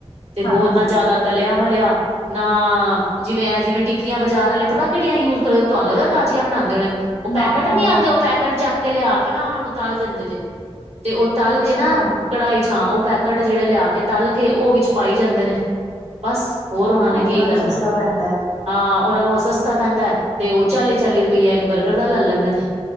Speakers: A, on the right (about 80°); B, on the left (about 75°).
A: ਤੇ
B: ਹਾਂਜੀ,
A: ਹੋਰ ਨਾ ਜ਼ਿਆਦਾ ਤਲਿਆ ਮਲਿਆ ਨਾ ਜਿਵੇ- ਜਿਵੇ ਟਿੱਕੀਆਂ ਬਾਜ਼ਾਰ ਵਾਲੇ, ਕਿਹੜੀਆਂ ਯੂਜ ਕਰੇ, ਤੁਹਾਨੂੰ ਲੱਗਦੇ ਤਾਜੀਆਂ ਬਨਾਦੇ ਹੋ ਨੇ- ਉਹ ਪੈਕਟ
B: ਨਾ-ਨਾ
A: ਨਈ ਆਦੇ, ਉਹ ਪੈਕਟ ਚੱਕ ਕੇ ਲਿਆ ਕੇ ਨਾ, ਉਹਨਾ ਨੂੰ ਤਲ ਦਿੰਦੇ ਜੇ- ਤੇ ਉਹ, ਤਲ
B: ਅੱਛਾ,
A: ਕੇ ਨਾ- ਕੜਾਈ ਚ', ਉਹ ਪੈਕਟ ਜਿਹੜੇ ਲਿਆ ਕੇ ਤਲ ਕੇ, ਉਹ ਵਿਚ ਪਾਈ ਜਾਦੇ, ਨੇ ਬਸ- ਹੋਰ,
B: ਹਾਂ
A: ਉਹਨਾ ਨੇ
B: ਉਹਨਾਂ
A: ਕੀ ਕਰਨਾ-
B: ਨੂੰ ਸਸਤਾ ਪੈਂਦਾ ਐ।
A: ਹਾਂ, ਉਹਨਾਂ ਨੂੰ, ਉਹ ਸਸਤਾ ਪੈਦਾ, ਤੇ ਉਹ ਚਾਲੀ -ਚਾਲੀ ਰੁਪਈਆ ਇਕ ਬਰਗਰ ਦਾ ਲੈ ਲੈਦੇ ਨੇ